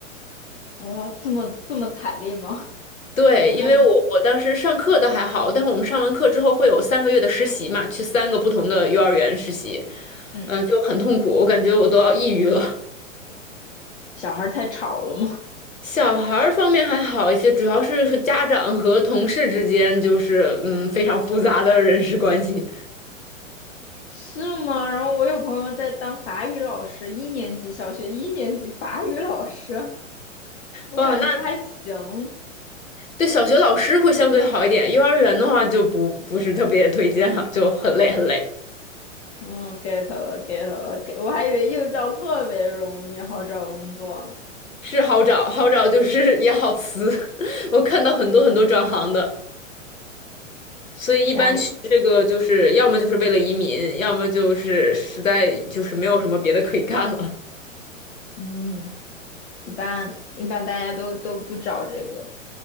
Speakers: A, on the left (about 55°); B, on the left (about 85°).
A: 哇，这么这么惨烈吗？
B: 对，
A: <laughs> 我还
B: 因为我我当时上课倒还好，但是我们上完课之后会有三个月的实习嘛，去三个不同的幼儿园实习，
A: 嗯，
B: 嗯、就很痛苦，我感觉我都要抑郁了。
A: 小孩儿太吵了吗？
B: 小孩儿方面还好一些，主要是和家长和同事之间就是嗯非常复杂的人事关系。
A: <laughs> 是吗？然后我有朋友在当法语老师，一年级小学一年级法语老师，我感觉他还行。
B: 哇，那对，小学老师会相对好一点，幼儿园的话就不不是特别推荐了，就很累很累。
A: 嗯，get 了，get 了，get，我还以为幼教特别容易，好找工作呢。
B: 是好找，好找就是 <laughs> 也好辞。<laughs> 我看到很多很多转行的，所以一般去这个就是要么就是为了移民，
A: 家里，
B: 要么就是实在就是没有什么别的可以干了。
A: 嗯，一般一般大家都都不找这个。